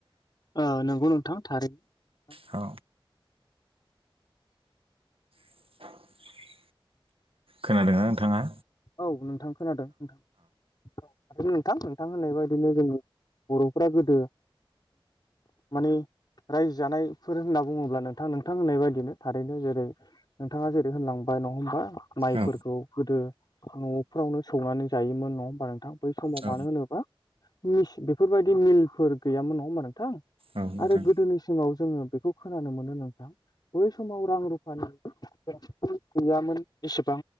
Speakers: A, on the left; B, on the right.
A: ओ नोंगौ नोंथां थारैनो
B: औ <inaudible> खोनादोंना नोंथांङा?
A: औ नोंथां खोनादों नोंथां। आरो नोंथां नोंथां होननाय बायदिनो जोंनि बर'फोरा गोदो माने - रायजो जानायफोर होनना बुङोब्ला नोंथां नोंथां होननाय बायदिनो थारैनो जेरै नोंथाङा जेरै होनलांबाय माइरं फोर माइफोरखौ
B: औ
A: गोदो न'फ्रावनो सौनानै जायोमोन नङा होमबा नोंथां? बै समाव
B: औ
A: मानो होनोबा बेफोरबायदि मिलफोर गैयामोन नङा होमबा नोंथां।
B: औ नोंथां
A: आरो गोदोनिसिमाव जोङो बेखौ खोनानो मोनो नोंथां बै समाव रां रुफानि गैयामोन एसेबां